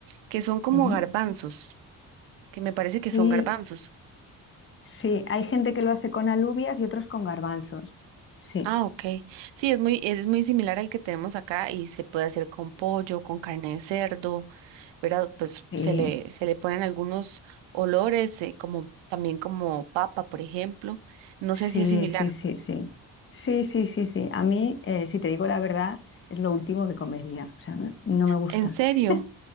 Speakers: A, on the right (about 70°); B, on the left (about 25°).
A: que son como
B: ujú.
A: garbanzos, que me parece que
B: Sí,
A: son garbanzos.
B: sí, hay gente que lo hace con alubias y otros con garbanzos. Sí,
A: Ah, ok. Sí, es muy, es muy similar al que tenemos acá y se puede hacer con pollo, con carne de cerdo, ¿verdad? Pues
B: sí.
A: se le, se le ponen algunos olores, eh, como también como papa, por ejemplo. No
B: Sí,
A: sé si es similar.
B: sí, sí, sí. Sí, sí, sí, sí. A mí, eh, si te digo la verdad, es lo último que comería. O sea, me- no me gusta.
A: En serio,
B: <laughs>